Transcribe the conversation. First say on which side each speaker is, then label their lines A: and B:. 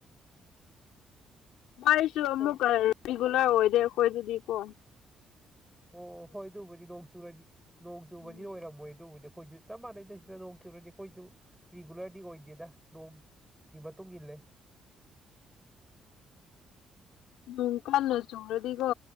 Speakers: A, on the left (about 90°); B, in the centre.
A: ꯑꯩꯁꯨ ꯑꯃꯨꯛꯀ
B: ꯍꯣꯏ
A: ꯔꯤꯒꯨꯂꯔ ꯑꯣꯏꯗꯦ ꯑꯩꯈꯣꯏꯗꯗꯤ ꯀꯣ
B: ꯑꯣ ꯍꯣꯏ ꯑꯗꯨꯕꯨꯗꯤ ꯅꯣꯡ ꯆꯨꯔꯗꯤ ꯅꯣꯡ ꯆꯨꯕꯗꯤ
A: ꯎꯝ
B: ꯑꫭꯏꯔꯝꯃꯣꯏ ꯑꯗꯨꯕꯨꯗꯤ ꯑꯩꯈꯣꯏꯁꯨ ꯆꯞ ꯃꯥꯟꯅꯩꯗ ꯁꯤꯗ ꯅꯣꯡ ꯆꯨꯨꯔꯗꯤ ꯑꯩꯈꯣꯏꯁꯨ ꯔꯤꯒꯨꯂꯔꯗꯤ ꯑꯣꯏꯗꯦꯗ ꯅꯣꯡ ꯒꯤ ꯃꯇꯨꯡ ꯏꯜꯂꯦ
A: ꯅꯣꯡ ꯀꯟꯅ ꯆꯨꯔꯗꯤꯀꯣ